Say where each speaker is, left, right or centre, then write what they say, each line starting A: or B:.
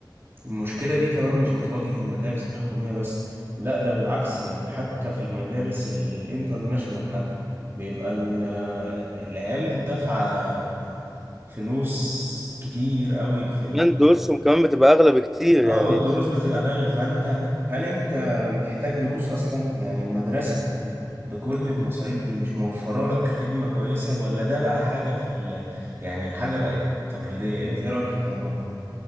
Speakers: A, on the right; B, in the centre.
A: المشكلة دي كمان مش بتواجه المدارس الحكومية بس لا ده بالعكس يعني حتى في المدارس الانترناشونال حتى بيبقى ال- آه، العيال دافعة فلوس كتير قوي في
B: كمان دروسهم كمان بتبقى اغلى بكتير
A: اه
B: يعني
A: والدروس بتبقى غالية فانت هل انت محتاج دروس اصلا يعني المدرسة بكل المصاريف دي مش موفرة لك خدمة كويسة ولا ده بقى حاجة في ال... يعني حاجة بقت تقليدية انت ايه رأيك في الموضوع ده